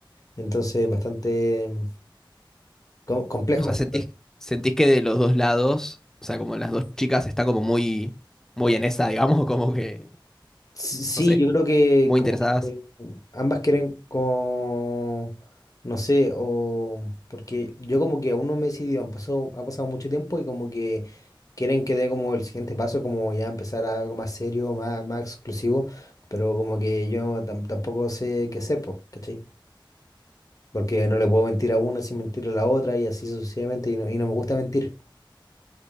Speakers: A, on the left; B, in the centre.
A: Entonces, bastante com- complejo.
B: O sea, sentís, sentís que de los dos lados, o sea, como las dos chicas están como muy, muy en esa, digamos, <laughs> como que,
A: S- Sí,
B: no sé,
A: yo creo que
B: muy
A: como
B: interesadas.
A: que ambas quieren como, no sé, o porque yo como que aún no me he decidido, han pasado, ha pasado mucho tiempo y como que quieren que dé como el siguiente paso, como ya empezar a algo más serio, más, más exclusivo, pero como que yo tam- tampoco sé qué sé, pues, ¿cachai? Porque no le puedo mentir a una sin mentirle a la otra y así sucesivamente y no, y no me gusta mentir.